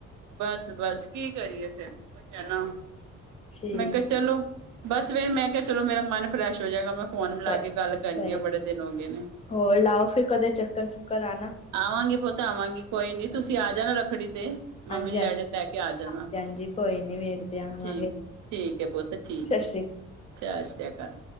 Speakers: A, on the right; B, on the left.
A: ਬਸ, ਬਸ ਕੀ ਕਰੀਏ ਫੇਰ ਓ ਈ ਐ ਨਾ।
B: ਠੀਕ
A: ਮੈ ਕਿਆ ਚਲੋ ਬਸ ਫੇਰ ਮੈਂ ਕਿਆ ਚਲੋ ਮੇਰਾ ਮਨ ਫਰੈਸ਼ ਹੋ ਜਾਏਗਾ ਮੈਂ ਫੋਨ ਮਿਲਾ
B: ਸਹੀ
A: ਕੇ ਗੱਲ ਕਰਨੀ
B: ਸਹੀ
A: ਆਂ ਬੜੇ ਦਿਨ ਹੋਗੇ ਨੇ।
B: ਹੋਰ ਲਾਓ ਫਿਰ ਕਦੇ ਚੱਕਰ ਚੁੱਕਰ ਆਣਾ
A: ਆਵਾਂਗੀ ਪੁੱਤ ਆਵਾਂਗੀ। ਕੋਈ ਨੀ
B: ਹਾਂਜੀ
A: ਤੁਸੀ ਆ ਜਾਣਾ ਰੱਖੜੀ ਤੇ ਮੰਮੀ
B: ਹਾਂਜੀ
A: ਲੈੜੇ
B: ਹਾਂਜੀ
A: ਲੈ ਕੇ ਆ ਜਾਨਾ,
B: ਹਾਂਜੀ ਕੋਈ ਨੀ ਵੇਖਦੇ ਆਵਾਂਗੇ
A: ਠੀਕ। ਠੀਕ ਏ ਪੁੱਤ ਠੀਕ
B: ਸਤਿ
A: ਏ
B: ਸ੍ਰੀ
A: ਸ਼ਾਸ਼ਰੀਆਕਾਲ।